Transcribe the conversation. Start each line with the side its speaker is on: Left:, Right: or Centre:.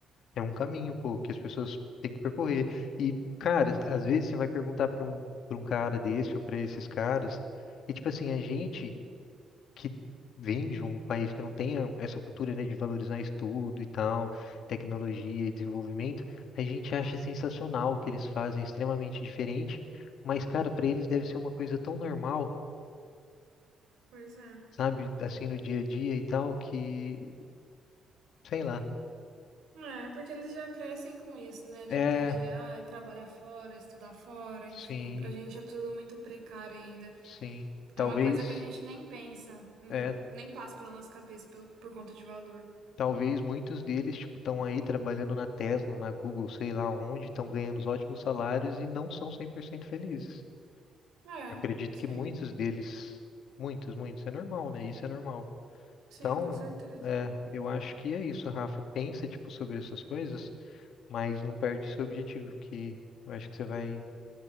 Left: É um caminho, pô, que as pessoas têm que percorrer. E, cara, às vezes você vai perguntar para um, para um cara desse ou para esses caras, e tipo assim, a gente que vem de um país que não tem a- essa cultura, né, de valorizar estudo e tal, tecnologia e desenvolvimento, a gente acha sensacional o que eles fazem, é extremamente diferente, mas, cara, para eles deve ser uma coisa tão normal,
Right: Pois é.
Left: sabe, assim no dia a dia e tal, que, sei lá.
Right: É, porque eles já crescem com isso, né? De
Left: É,
Right: ter que, ah, é trabalhar fora, estudar fora,
Left: sim,
Right: enfim. Pra gente é tudo muito precário ainda.
Left: sim. Talvez.
Right: É uma coisa que a gente nem pensa, hum,
Left: é
Right: nem passa pela nossa cabeça pelo- por, conta de valor.
Left: Talvez muitos deles, tipo, estão aí trabalhando na Tesla, na Google, sei lá onde, estão ganhando os ótimos salários e não são 100% felizes.
Right: É,
Left: Acredito que
Right: sim,
Left: muitos deles, muitos, muitos, é normal, né? Isso é normal.
Right: sim,
Left: Então,
Right: com certeza.
Left: é, eu acho que é isso, Rafa. Pensa, tipo, sobre essas coisas, mas não perde seu objetivo, que eu acho que você vai